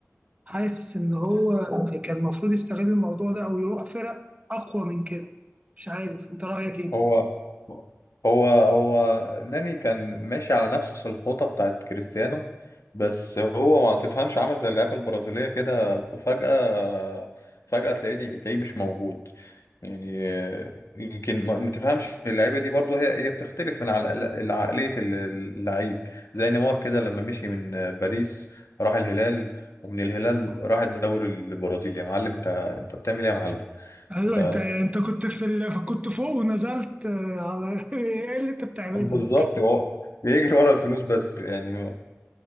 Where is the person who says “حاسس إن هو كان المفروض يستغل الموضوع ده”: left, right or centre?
Right